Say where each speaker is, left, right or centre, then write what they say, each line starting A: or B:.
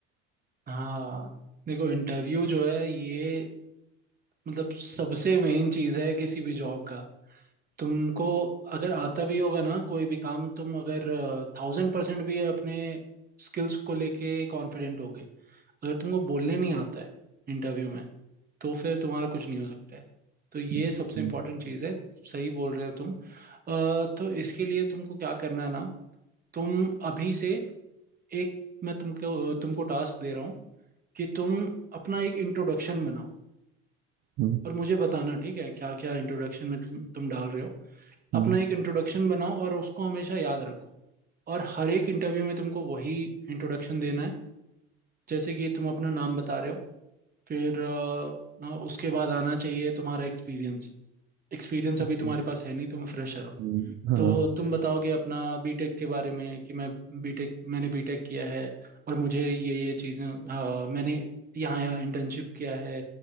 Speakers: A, on the right; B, on the right.
A: हाँ देखो इंटरव्यू जो है ये मतलब सबसे मेन चीज़ है किसी भी जॉब का तुमको अगर आता भी होगा ना कोई भी काम तुम अगर थाउजेंड परसेंट भी अपने स्किल्स को लेके कॉन्फिडेंट हो अगर तुमको बोलने नहीं आता है इंटरव्यू में तो फिर तुम्हारा कुछ नहीं हो सकता है तो ये
B: हम्म,
A: सबसे इम्पोर्टेंट चीज़ है सही बोल रहे हो तुम अ, तो इसके लिए तुमको क्या करना है ना तुम अभी से एक मैं तुमको तुमको टास्क दे रहा हूँ कि तुम अपना एक इंट्रोडक्शन बनाओ
B: हम्म,
A: और मुझे बताना ठीक है क्या क्या इंट्रोडक्शन में तुम तुम डाल रहे हो
B: हम्म,
A: अपना एक इंट्रोडक्शन बनाओ और उसको हमेशा याद रखो और हर एक इंटरव्यू में तुमको वही इंट्रोडक्शन देना है जैसे कि तुम अपना नाम बता रहे हो फिर अ, उसके बाद आना चाहिए तुम्हारा एक्सपीरियंस एक्सपीरियंस
B: हम्म,
A: अभी तुम्हारे पास है नहीं तुम फ्रेशर हो
B: हम्म, हाँ
A: तो तुम बताओगे अपना बीटेक के बारे में कि मैं बीटेक मैंने बीटेक किया है और मुझे ये ये चीज़ें अ, मैंने यहाँ यहाँ इंटर्नशिप किया है